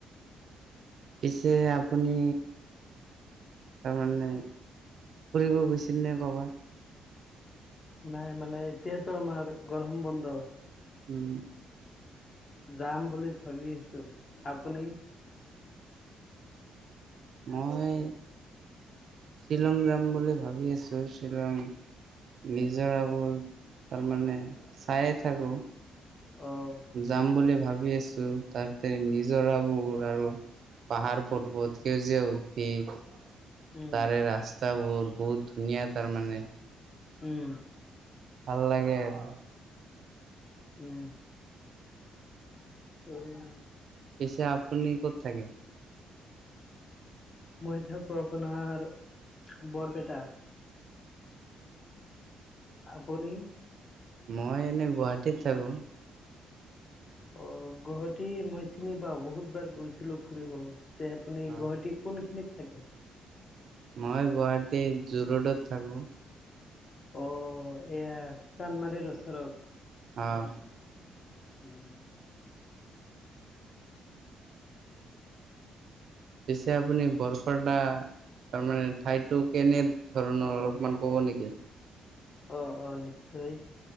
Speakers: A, on the right; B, on the left.
A: পিছে আপুনি তাৰমানে ফুৰিব গৈছিল নে কবাত
B: নাই মানে এতিয়াতো আমাৰ গৰম বন্ধ
A: উম।
B: যাম বুলি ভাবি আছো, আপুনি?
A: মই শ্বিলং যাম বুলি ভাবি আছো। শ্বিলং নিজৰাবোৰ তাৰ মানে চাইয়ে থাকো।
B: অ'।
A: যাম বুলি ভাবি আছো তাতে নিজৰাবোৰ আৰু পাহাৰ পৰ্বত সেউজীয়া উদ্ভিদ
B: উম,
A: তাৰে ৰাস্তাবোৰ বহুত ধুনীয়া তাৰমানে।
B: উম।
A: ভাল লাগে আৰু।
B: উম। অ'।
A: পিচে আপুনি ক'ত থাকে?
B: মই থাকো আপোনাৰ বৰপেটা। আপুনি?
A: মই এনে গুৱাহাটীত থাকোঁ।
B: অ', গুৱাহাটী মই চিনি পাওঁ বহুত বাৰ গৈছিলো ফুৰিব, তে আপুনি
A: অ
B: গুৱাহাটী কোনখিনিত থাকে?
A: মই গুৱাহাটীৰ জুৰোডত থাকো।
B: অ', এয়া চান্দমাৰীৰ ওচৰত।
A: অ'।
B: উম।
A: পিছে আপুনি বৰপেটা তাৰমানে ঠাইটো কেনে ধৰণৰ অলপমান ক'ব নেকি।
B: অ', অ', নিশ্চয়।